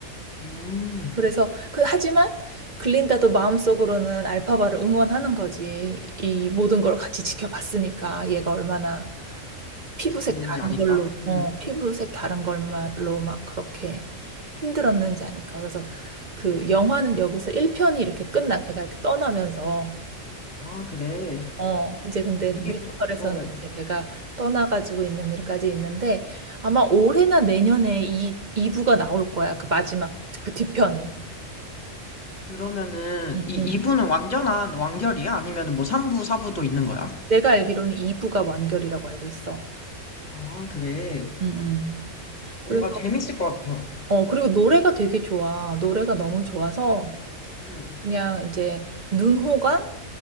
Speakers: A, on the left; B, on the right.
A: 음,
B: 그래서, 그, 하지만, 글린다도 마음속으로는 알파바를 응원하는 거지. 이 모든 걸 같이 지켜봤으니까, 얘가 얼마나 피부색
A: 고생했는지
B: 다른
A: 아니까?
B: 걸로, 어,
A: 응.
B: 피부색 다른 걸로 막 그렇게 힘들었는지 아닐까. 그래서 그 영화는 여기서 1편이 이렇게 끝나. 걔가 이렇게 떠나면서.
A: 아, 그래.
B: 어, 이제 근데
A: 이게
B: 뮤지컬에서는
A: 그, 어.
B: 이제 걔가 떠나가지고 있는 일까지 있는데 아마 올해나 내년에 이 2부가 나올 거야. 그 마지막, 그 뒤편이.
A: 그러면은
B: 응,
A: 이
B: 응,
A: 2부는 완전한 완결이야? 아니면 뭐 3부, 4부도 있는 거야?
B: 내가 알기로는 2부가 완결이라고 알고 있어.
A: 아, 그래.
B: 응, 응.
A: 뭔가
B: 그래서,
A: 재밌을 것 같아.
B: 어, 그리고 노래가 되게 좋아. 노래가 너무 좋아서
A: 응,
B: 그냥 이제 눈호강,